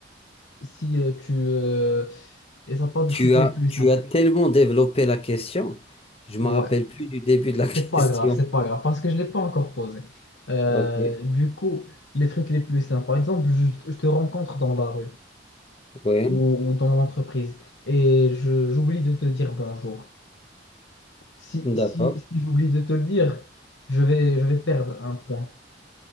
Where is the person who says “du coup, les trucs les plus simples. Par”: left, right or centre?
Left